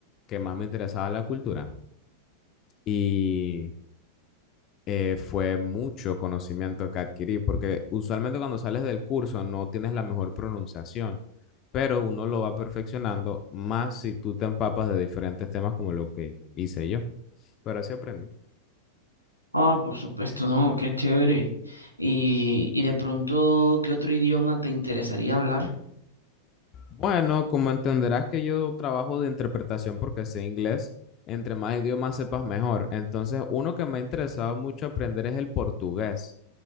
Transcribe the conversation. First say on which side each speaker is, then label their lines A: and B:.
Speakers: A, on the left; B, on the left.
A: que más me interesaba la cultura. Y eh, fue mucho conocimiento que adquirí, porque usualmente cuando sales del curso no tienes la mejor pronunciación, pero uno lo va perfeccionando más si tú te empapas de diferentes temas como lo que hice yo. Pero así aprendí.
B: Ah, por supuesto, no, qué chévere. Y, y de pronto, ¿qué otro idioma te interesaría hablar?
A: Bueno, como entenderás que yo trabajo de interpretación porque sé inglés, entre más idiomas sepas mejor. Entonces, uno que me ha interesado mucho aprender es el portugués,